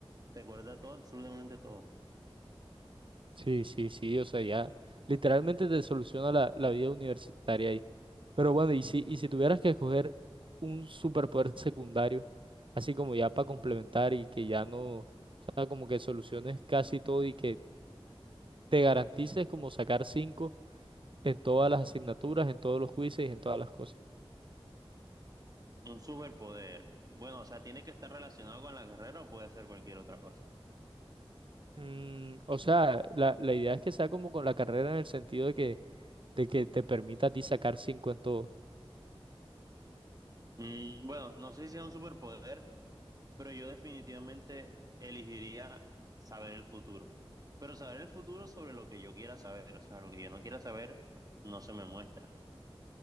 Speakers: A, on the right (about 40°); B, on the right (about 60°).
A: recuerda todo, absolutamente todo.
B: Sí, sí, sí, o sea, ya literalmente te soluciona la, la vida universitaria ahí. Pero bueno, y si, y si tuvieras que escoger un superpoder secundario, así como ya para complementar y que ya no, o sea, como que soluciones casi todo y que te garantices como sacar 5 en todas las asignaturas, en todos los quizzes y en todas las cosas.
A: Un superpoder. Bueno, o sea, tiene que estar relacionado con la carrera o puede ser cualquier otra cosa.
B: Mm, o sea, la, la idea es que sea como con la carrera en el sentido de que, de que te permita a ti sacar 5 en todo.
A: Mm, bueno, no sé si es un superpoder, pero yo definitivamente elegiría saber el futuro. Pero saber el futuro sobre lo que yo quiera saber, o sea, lo que yo no quiera saber no se me muestra.